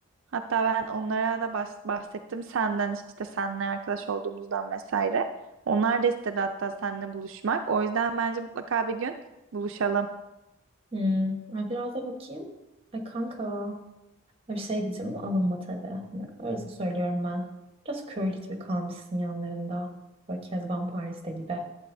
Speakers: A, on the right (about 65°); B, on the right (about 25°).
A: Hatta ben onlara da bahs- bahsettim senden işte seninle arkadaş olduğumuzdan vesaire. Onlar da istedi hatta seninle buluşmak. O yüzden bence mutlaka bir gün buluşalım.
B: Hmm. Ay biraz da bakayım. Ay kanka. Ay bir şey diyeceğim ama alınma tabii. Hani öylesine söylüyorum ben. Biraz köylü gibi kalmışsın yanlarında. Böyle Kezban Paris'te gibi.